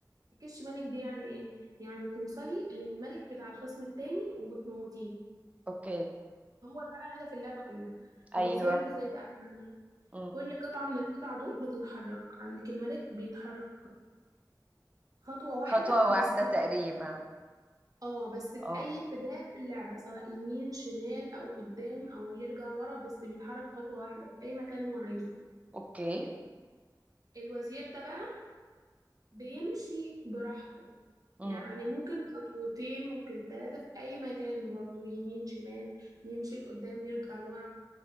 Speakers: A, on the right; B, on the right.
A: تكش ملك دي يعني ايه يعني توصلي للملك بتاع الخصم التاني وتموتيه
B: اوكي
A: هو ده هدف اللعبة كلها
B: ايوه
A: بتوصلي له ازاي بقى يعني
B: امم
A: كل قطعة من القطع دول بتتحرك عندك الملك بيتحرك خطوة واحدة
B: خطوة واحدة
A: بس في
B: تقريبا
A: اه بس في
B: اه
A: اي اتجاه في اللعبة سواء يمين شمال او قدام او يرجع ورا بس بيتحرك خطوة واحدة في اي مكان هو عايزه
B: اوكي
A: الوزير ده بقى بيمشي براحته
B: امم
A: يعني ممكن خطوتين ممكن ثلاثة في اي مكان برضو يمين شمال يمشي لقدام يرجع لورا